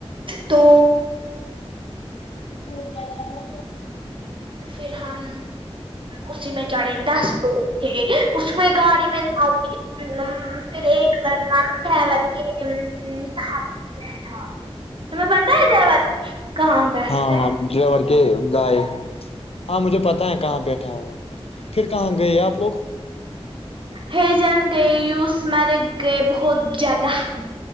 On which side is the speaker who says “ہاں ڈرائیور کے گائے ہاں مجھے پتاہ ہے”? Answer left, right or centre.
Left